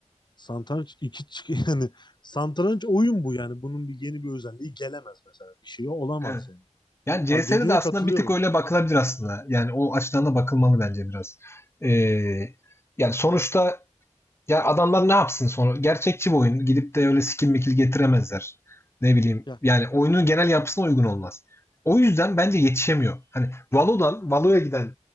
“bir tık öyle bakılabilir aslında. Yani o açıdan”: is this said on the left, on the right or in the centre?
Left